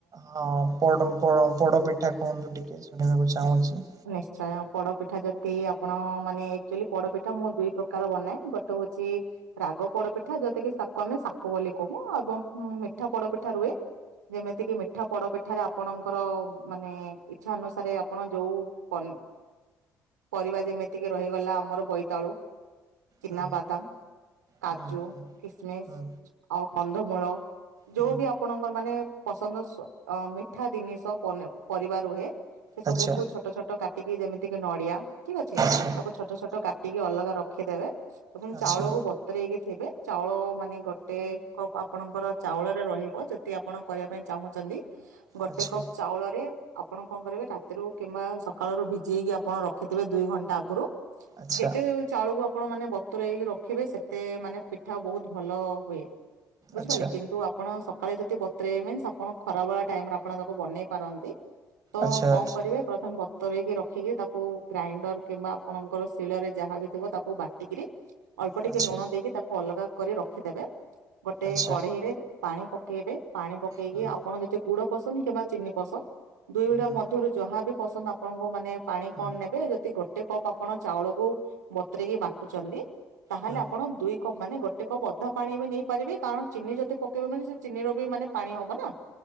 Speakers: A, on the right; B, on the right.
A: ହଁ ପୋଡ ପୋଡ ପୋଡପିଠା କୁହନ୍ତୁ ଟିକେ ଶୁଣିବାକୁ ଚାହୁଁଛି?
B: ନିଶ୍ଚୟ ପୋଡପିଠା ଯଦି ଆପଣ ମାନେ ଅକ୍ଚୁଆଲି ପୋଡପିଠା ମୁଁ ଦୁଇ ପ୍ରକାର ବନାଏ। ଗୋଟେ ହଉଛି ରାଗ ପୋଡପିଠା ଯୋତା କିି ତାକୁ ଆମେ ଶାକ ବୋଲି କହୁ ଏବଂ ମିଠା ପୋଡପିଠା ରୁହେ। ଯେମିତି କିି ମିଠା ପୋଡପିଠାରେ ଆପଣଙ୍କର ମାନେ ଇଛା ଅନୁସାରେ ଆପଣ ଯୋଉ ପନୀ ପରିବା ଯେମିତିକି ରହିଗଲା ଆମର ବୋଇତାଳୁ ଚିନା
A: ହୁଁ
B: ବାଦାମ, କାଜୁ,
A: ହୁଁ ହୁଁ
B: କିସମିସ,
A: ହୁଁ
B: ଆଉ କନ୍ଧମୂଳ। ଯୋଉ
A: ହୁଁ
B: ବି ଆପଣଙ୍କର ମାନେ ପସନ୍ଦ ସ ଆଁ ମିଠା ଜିନିଷ ପରିବା ରୁହେ। ସେ ସବୁକୁ
A: ଆଚ୍ଛା
B: ଛୋଟ ଛୋଟ କାଟିକି ଯେମିତି କିି ନଡିଆ ଠିକ ଅଛି।
A: ଆଚ୍ଛା
B: ତାକୁ ଛୋଟ ଛୋଟ କାଟିକି ଅଲଗା ରଖିଦେବେ ଏବଂ
A: ଆଚ୍ଛା
B: ଚାଉଳକୁ ବ ବତରେଇକି ଥିବେ ଚାଉଳ ମାନେ ଗୋଟେ କପ୍ ଆପଣଙ୍କର ଚାଉଳରେ ରହିବ। ଯଦି ଦି ଆପଣ କରିବା ପାଇଁ ଚାହୁଁଛନ୍ତି? ଗୋଟେ
A: ଆଚ୍ଛା
B: କପ୍ ଚାଉଳରେ ଆପଣ କଣ କରିବେ ରାତିରୁ କିମ୍ବା ସକାଳୁ ଭିଜେଇକି ଆପଣ ରଖିଥିବେ ଦୁଇ ଘଣ୍ଟା ଆଗରୁ।
A: ଆଚ୍ଛା
B: କେତେ ଚାଉଳକୁ ଆପଣ ମାନେ ବତରେଇକି ରଖିବେ ସେତେ ମାନେ ପିଠା ବହୁତ ଭଲ ହୁଏ। ବୁଝିପାରିଲେ
A: ଆଚ୍ଛା
B: କିନ୍ତୁ ଆପଣ ସକାଳେ ଯଦି ବତ୍ରେଇନ୍ ଆପଣ ଖରା ଭଳା ଟାଇମରେ ଆପଣ ତାକୁ ବନେଇ ପାରନ୍ତି। ତ
A: ଆଚ୍ଛା
B: କଣ
A: ଆଚ୍ଛା
B: କରିବେ? ପ୍ରଥମେ ବତରେଇକି ରଖିକି ତାକୁ ଗ୍ରାଇଣ୍ଡର କିମ୍ବା ଆପଣଙ୍କର ଶିଳରେ ଯାହା ବି ଥିବ ତାକୁ ବାଟିକିରି ଅଳ୍ପ
A: ଆଚ୍ଛା
B: ଟିକେ ଲୁଣ ଦେଇକି ତାକୁ ଅଲଗା କରି ରଖିଦେବେ ଗୋଟେ
A: ଆଚ୍ଛା
B: କଢେଇରେ।
A: ଆଚ୍ଛା
B: ପାଣି ପକେଇବେ ପାଣି ପକେଇକି
A: ହୁଁ
B: ଆପଣ ଯେତେ ଗୁଡ ପସନ୍ଦ କିମ୍ବା ଚିନି ପସନ୍ଦ ଦୁ ଗୁଡା
A: ହୁଁ
B: ମଧ୍ୟରୁ ଯାହାବି ପସନ୍ଦ ଆପଣଙ୍କ ମାନେ ପାଣି
A: ହୁଁ
B: କଣ ନେବେ ଯଦି ଗୋଟେ କପ୍ ଆପଣ ଚାଉଳକୁ ବତୁରେଇକି ବାଟୁଛନ୍ତି। ତାହେଲେ
A: ହୁଁ
B: ଆପଣ ଦୁଇ ପ୍ ମାନେ ଗୋଟେ କପ୍ ଅଧା ପାଣି ବି ନେଇପାରିବେ କାରଣ ଚିନି ଯଦି ପକେଇବେ ମାନେ ସେ ଚିନି ର ବି ମାନେ ପାଣି ହବ ନା।